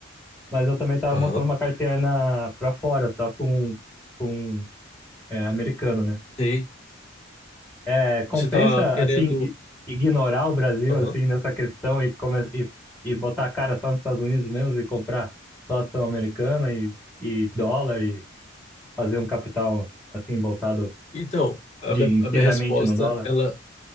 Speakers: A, in the centre; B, on the left (about 35°).
A: mas eu também tava
B: aham,
A: montando uma carteira na, pra fora, só com, com é, americano, né?
B: sim.
A: É, compensa,
B: Você tá querendo.
A: assim, i- ignorar o Brasil,
B: Aham.
A: assim, nessa questão e, come- e, e botar a cara só nos Estados Unidos mesmo e comprar só ação americana e, e dólar e fazer um capital, assim, voltado
B: Então, a
A: de,
B: minha,
A: inteiramente
B: a minha resposta,
A: no dólar?
B: ela.